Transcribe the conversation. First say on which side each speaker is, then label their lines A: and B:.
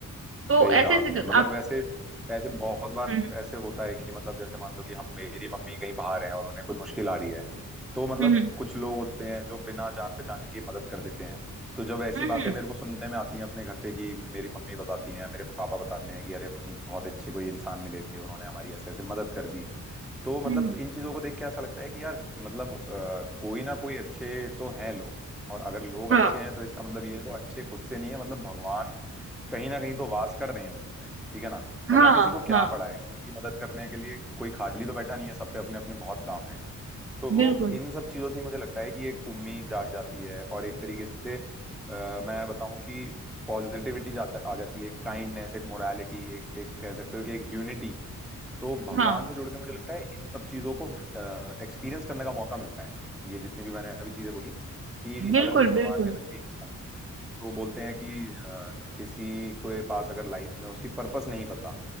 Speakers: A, on the right; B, in the centre.
A: तो
B: सही कहा
A: ऐसे
B: आपने
A: ऐसे जो
B: मतलब
A: आप
B: ऐसे ऐसे बहुत बार
A: हम्म
B: ऐसे होता है कि मतलब जैसे मान लो कि हम मेरी मम्मी कहीं बाहर हैं और उन्हें कोई मुश्किल आ रही है तो मतलब
A: हम्म
B: कुछ लोग होते हैं जो बिना जान पहचान की मदद कर देते हैं तो जब ऐसी
A: हम्म
B: बातें मेरे को सुनने में आती हैं अपने घर पे कि मेरी मम्मी बताती हैं मेरे पापा बताते हैं कि अरे बहुत अच्छे कोई इंसान मिले थे उन्होंने हमारी ऐसे ऐसे मदद कर दी तो मतलब
A: हम्म हम्म,
B: इन चीजों को देख के ऐसा लगता है कि यार मतलब अ, कोई ना कोई अच्छे तो हैं लोग और अगर लोग अच्छे
A: हाँ
B: हैं तो इसका मतलब ये है वो अच्छे खुद से नहीं है मतलब भगवान कहीं ना कहीं तो वास कर रहे हैं उनमें ठीक है ना
A: हाँ
B: वरना किसी को क्या
A: हाँ
B: पड़ा है किसी की मदद करने के लिए कोई खाली तो बैठा नहीं है सब पे अपने अपने बहुत काम है तो
A: बिल्कुल
B: इन सब चीजों से ही मुझे लगता है कि एक उम्मीद जाग जाती है और एक तरीके से आ, मैं बताऊं कि पॉजिटिविटी जाता आ जाती है काइंडनेस एक मोरालिटी एक एक कह सकते हो कि एक यूनिटी तो भगवान
A: हाँ
B: से जुड़ के मुझे लगता है इन सब चीजों को एक्सपीरियंस करने का मौका मिलता है ये जितनी भी मैंने अभी चीजें बोली कि
A: बिल्कुल
B: अगर हम भगवान
A: बिल्कुल
B: के नजदीक जाते हैं तो बोलते हैं कि अ, किसी के पास अगर लाइफ में उसकी पर्पस नहीं पता